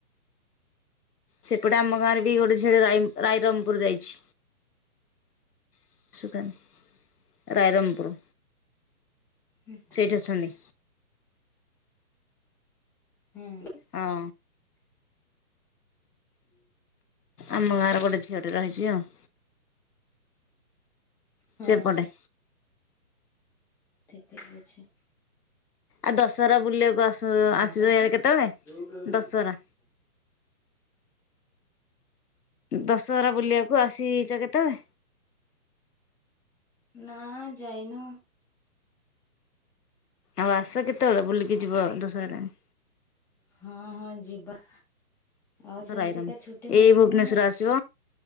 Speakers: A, on the left; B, in the centre.
A: ସେପଟେ ଆମ ଗାଁରେ ବି ଗୋଟେ ଝିଅ ରାଇରଙ୍ଗପୁର ଯାଇଛି। <unintelligible> ରାଇରଙ୍ଗପୁର।
B: ହୁଁ।
A: ସେଇଠି ଅଛନ୍ତି।
B: ହୁଁ।
A: ହଁ।
B: ହୁଁ <unintelligible>
A: ଆମ ଗାଁର ଗୋଟେ ଝିଅଟେ ରହିଛି ଆଉ
B: ହଁ
A: ସେପଟେ
B: ଠିକ ଅଛି।
A: ଆଉ ଦଶହରା ବୁଲିବାକୁ ଆସ
B: ଯୋଉଟା
A: ଆସିଲ
B: ହେଲେ
A: ଏ କେତେବେଳେ
B: ଯୋଉଟା ହେଲେ
A: ଦଶରା।
B: ନାଇଁ।
A: ଦଶହରା ବୁଲିବାକୁ ଆସିଛ କେତେବେଳେ?
B: ନାଁ ଯାଇନୁ।
A: ଆଉ ଆସ କେତେବେଳେ ବୁଲିକି ଯିବ ଦଶରା ଟାଇମ।
B: ହଁ ହଁ ଯିବା।
A: ତାଙ୍କ
B: ଆଉ ସେମିତିକା
A: ରାଇରଙ୍ଗ।
B: ଛୁଟି ମିଳିନି
A: ଏଇ ଭୁବନେଶ୍ଵର
B: ନା।
A: ଆସିବ